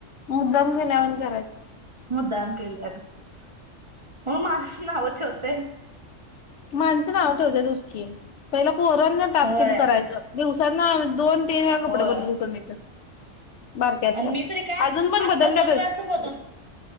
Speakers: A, on the left; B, on the right.
A: मुद्दाम घेल्यावर करायच.
B: मुद्दाम केल्यागत. मग मानूस नाव ठेवतय.
A: माणसं नाव ठेवत्यातच की पहिला पोरांना टापटीप
B: होय
A: करायचं दिव सर ना दोन, तीन वेळा
B: होय
A: कपडे बदलत होते मी तर बारके असताना
B: आणि मी तरी काय
A: अजून पण
B: आत्ताच
A: बदलल्यातच
B: दोन वेळा सुर बदल